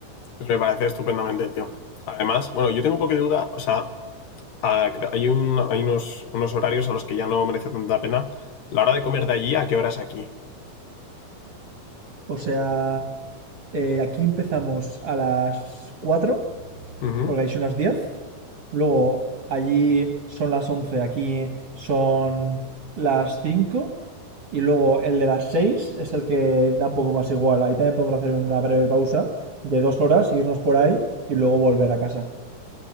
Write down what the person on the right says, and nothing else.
O sea, eh, aquí empezamos a las 4
porque ahí son las diez, Luego allí son las 11, aquí son las cinco Y luego el de las 6 es el que da un poco más igual. Ahí también podemos hacer una breve pausa de dos horas, irnos por ahí y luego volver a casa.